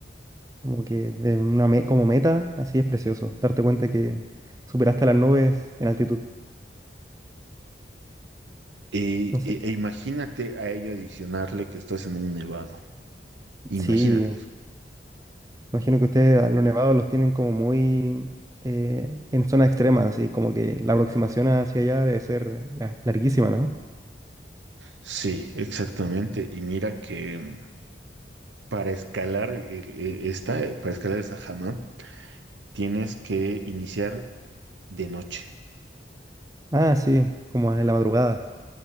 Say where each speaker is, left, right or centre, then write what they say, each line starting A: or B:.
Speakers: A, on the right; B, on the right.
A: Como que de una me- como meta, así es precioso, darte cuenta que superaste las nubes en altitud.
B: E,
A: No sé.
B: e- e imagínate a ello adicionarle que estás en un nevado.
A: Sí,
B: Imagínate eso.
A: Imagino que ustedes a los nevados los tienen como muy eh, en zonas extremas, así como que la aproximación hacia allá debe ser la- larguísima, ¿no?
B: Sí, exactamente. Y mira que mm, para escalar el- e- esta, eh, para escalar esa jama, tienes que iniciar de noche.
A: Ah, sí, como en la madrugada.